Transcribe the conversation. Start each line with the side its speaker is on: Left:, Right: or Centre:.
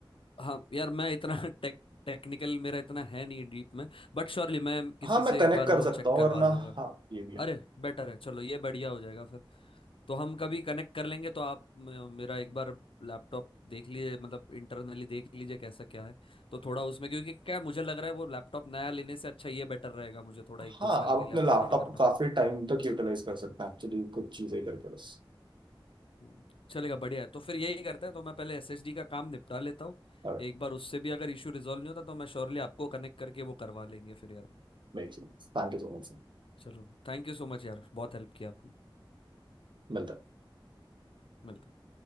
Left: हाँ यार मैं इतना <laughs> टेक टेक्निकल मेरा इतना है नहीं डीप में बट श्योरली मैं किसी
Right: हाँ मैं
Left: से
Right: कनेक्ट
Left: एक बार
Right: कर
Left: वो
Right: सकता
Left: चेक
Right: हूँ
Left: करवा
Right: वरना
Left: लूंगा
Right: हाँ ये भी है
Left: अरे बेटर है चलो ये बढ़िया हो जाएगा फिर तो हम कभी कनेक्ट कर लेंगे तो आप म- मेरा एक बार लैपटॉप देख लीजिए मतलब इंटरनली देख लीजिए कैसा क्या है तो थोड़ा उसमें क्योंकि क्या है, मुझे लग रहा है वो लैपटॉप नया लेने से अच्छा ये बेटर रहेगा मुझे थोड़ा एक
Right: हाँ
Left: दो साल
Right: आप
Left: के लिए
Right: अपने
Left: अपग्रेड
Right: लैपटॉप
Left: करना
Right: को काफी टाइम तक यूटिलाइज कर सकते हैं एक्चुअली कुछ चीजें करके बस
Left: हम्म, चलेगा बढ़िया है तो फिर यही करते हैं तो मैं पहले एसएसडी का काम निपटा लेता हूँ
Right: और
Left: एक बार उससे भी अगर इशू रिजॉल्व नहीं होता तो मैं श्योरली आपको कनेक्ट करके वो करवा लेंगे फिर यार
Right: make sense Thank you so much sir,
Left: चलो थैंक यू सो मच यार बहुत हेल्प किया आपने
Right: मिलता है
Left: मिलते हैं।